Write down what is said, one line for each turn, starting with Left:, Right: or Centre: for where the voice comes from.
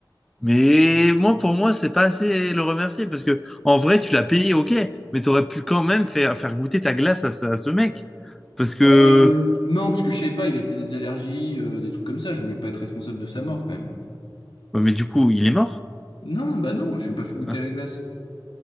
Centre: Mais moi, pour moi, c'est pas assez le remercier parce que en vrai, tu l'as payé, ok, mais t'aurais pu quand même faire, faire goûter ta glace à ce, à ce mec. Parce
Left: Bah,
Centre: que,
Left: Euh, non, parce que je savais pas, il avait peut-être des allergies, euh, des trucs comme ça, je voulais pas être responsable de sa mort, quand même.
Centre: Ouais, mais du coup, il est mort.
Left: Non, bah non, je suis pas fait goûter
Centre: hein.
Left: à la glace.